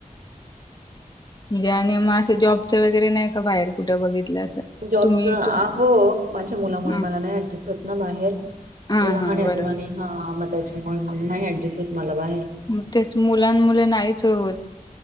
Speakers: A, on the left; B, on the right.
A: म्हणजे आणि मग असं जॉबचं वगैरे नाही का बाहेर कुठं बघितलं असं?
B: जॉबच
A: तुम्ही तुम
B: हो. माझ्या मुला मुळे
A: हां.
B: मला नाही ऍडजस्ट होत ना बाहेर.
A: हां,
B: तो लहान
A: हां. बरोबर.
B: अजून. आणि हा म त्याच्यामुळे नाही ऍडजस्ट होत मला बाहेर.
A: म तेच. मुलां मुले नाहीच होत.